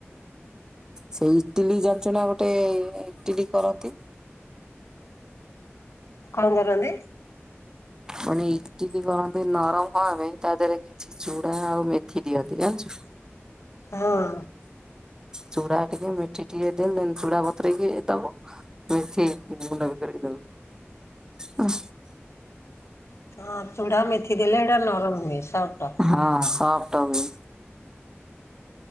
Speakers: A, on the right; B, on the left.
A: ସେଇ ଇଟିଲି ଜାନଚନା ଗୋଟେ ଇଟିଲି କରନ୍ତି?
B: କଣ କରନ୍ତି?
A: ମାନେ ଇଟିଲି କରନ୍ତି ନରମ ହବା ପାଇଁ ତା ଦେହରେ କିଛି ଚୁଡା ଆଉ ମେଥି ଦିଅନ୍ତି ଜାଣିଛୁ?
B: ହଁ।
A: ଚୂଡ଼ା ଟିକେ ମିଠି ଟିକେ ଦେଲେ ଚୁଡ଼ା ବତୁରେଇକି ଦବ। ମେଥି ଗ ଗୁଣ୍ଡ ବିତେରେଇ ଦବ ହ
B: ହଁ ଚୁଢା ମେଥି ଦେଲେ ଏଇଟା ନରମ ହୁଏ ସଫ୍ଟ।
A: ହଁ ସଫ୍ଟ ହୁ